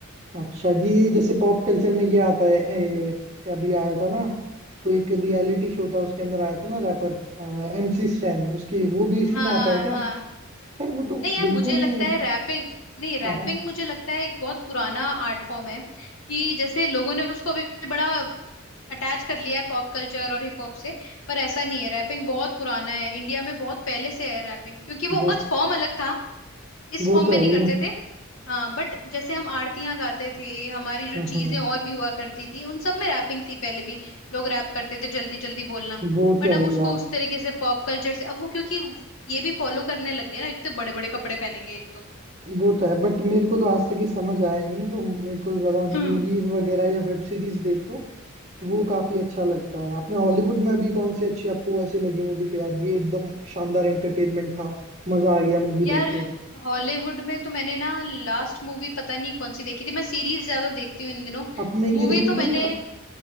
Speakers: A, on the right; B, on the left.
A: अच्छा जी ये जैसे पॉप कल्चर में ये आता है ए, अभी आया था ना कोई एक रियलिटी शो था उसके अंदर आया था ना रैपर एमसी स्टैन उसकी वो भी इसी
B: हाँ
A: में आता है क्या
B: हाँ
A: यार वो तो
B: नहीं यार
A: बिल्कुल
B: मुझे लगता
A: ही
B: है रैपिंग नहीं रैपिंग
A: हाँ हाँ
B: मुझे लगता है एक बहुत पुराना आर्ट फॉर्म है कि जैसे लोगों ने उसको अभी भी बड़ा अटैच कर लिया है पॉप कल्चर और हिप हॉप से पर ऐसा नहीं है रैपिंग बहुत पुराना है इंडिया में बहुत पहले से है रैपिंग क्योंकि वो
A: वो
B: बस फॉर्म अलग था इस
A: वो
B: फॉर्म
A: तो
B: में
A: है
B: नहीं
A: ही
B: करते थे हाँ बट जैसे हम आरतियां गाते थे हमारी जो
A: हम्म
B: चीजें
A: हम्म,
B: और भी हुआ करती थी उन सब में रैपिंग थी पहले भी लोग रैप करते थे जल्दी जल्दी बोलना
A: वो
B: बट
A: तो है
B: अब
A: ही
B: उसको
A: यार
B: उस तरीके से पॉप कल्चर से अब वो क्योंकि ये भी फॉलो करने लग गए ना इतने बड़े बड़े कपड़े पहनेंगे एक तो
A: वो तो है बट मेरे को तो आज तक ये समझ आया नहीं तो मेरे को ज्यादा मूवीज
B: हम्म
A: वगैरह या वेब सीरीज देख लो वो काफी अच्छा लगता है आपने हॉलीवुड में अभी कौन सी अच्छी आपको ऐसी लगी मूवी के यार ये एकदम शानदार एंटरटेनमेंट था मजा आ गया मूवी
B: यार
A: देख के
B: हॉलीवुड में तो मैंने ना लास्ट मूवी पता नहीं कौन सी देखी थी मैं सीरीज ज्यादा देखती हूँ इन दिनों
A: आपने ये
B: मूवी
A: देखी
B: तो
A: थी
B: मैंने